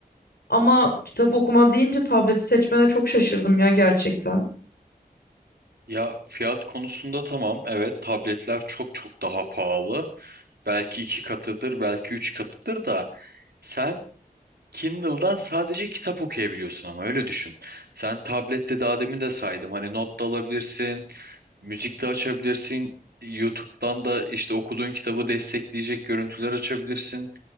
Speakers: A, on the left (about 75°); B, on the right (about 75°).
A: Ama kitap okuma deyince tableti seçmene çok şaşırdım ya gerçekten.
B: Ya fiyat konusunda tamam. Evet tabletler çok çok daha pahalı. Belki iki katıdır, belki üç katıdır da sen Kindle'dan sadece kitap okuyabiliyorsun ama öyle düşün. Sen tablette daha demin de saydım. Hani not da alabilirsin, müzik de açabilirsin. YouTube'dan da işte okuduğun kitabı destekleyecek görüntüler açabilirsin.